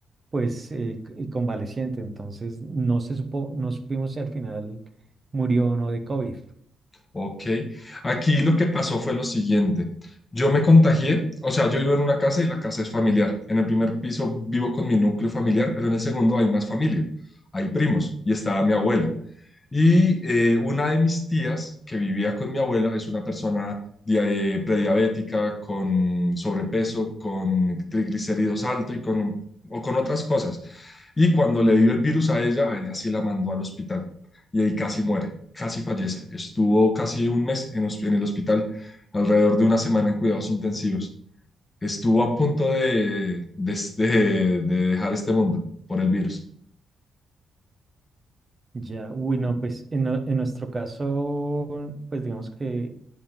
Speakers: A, on the right (about 25°); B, on the left (about 20°).
A: pues eh, c- y convaleciente. Entonces no se supo, no supimos si al final murió o no de COVID.
B: Ok. Aquí lo que pasó fue lo siguiente. Yo me contagié, o sea, yo vivo en una casa y la casa es familiar. En el primer piso vivo con mi núcleo familiar, pero en el segundo hay más familia, hay primos y estaba mi abuela. Y eh, una de mis tías que vivía con mi abuela es una persona dia- eh, prediabética, con sobrepeso, con triglicéridos alto y con, o con otras cosas. Y cuando le dio el virus a ella, a ella sí la mandó al hospital y ahí casi muere, casi fallece. Estuvo casi un mes en, hosp- en el hospital, alrededor de una semana en cuidados intensivos. Estuvo a punto de, de, de de dejar este mundo por el virus.
A: Ya, uy, no, pues en, nue- en nuestro caso, pues digamos que